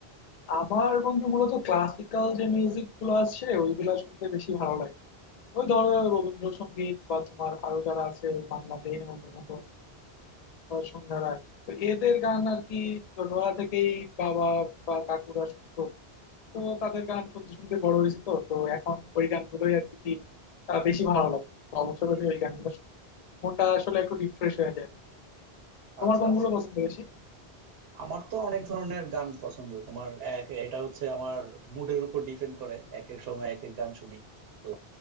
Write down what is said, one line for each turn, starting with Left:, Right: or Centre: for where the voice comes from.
Left: আমার বন্ধু মূলত ক্লাসিক্যাল যে মিউজিক গুলো আছে ওইগুলা শুনতে বেশি ভালো লাগে ওই ধরো রবীন্দ্রসঙ্গীত বা তোমার আরো যারা আছে মান্না দে হেমন্ত মুখোপাধ্যায় সন্ধ্যা রায় তো এদের গান আর কি ছোটবেলা থেকেই বাবা বা কাকুরা শুনতো তো তাদের গান শুনতে শুনতে বড় হয়েছে তো তো এখন ওই গানগুলোই আর কি আহ, বেশি ভালো লাগে অবসর হলে ওই গানগুলো শুনি। মনটা আসলে একটু রিফ্রেশ হয়ে যায় তোমার
Right: আচ্ছা
Left: কোনগুলো
Right: আচ্ছা
Left: পছন্দ বেশি
Right: আমার তো অনেক ধরনের গান পছন্দ তোমার এক এটা হচ্ছে আমার মুডের উপর ডিপেন্ড করে এক এক সময় এক এক গান শুনি তো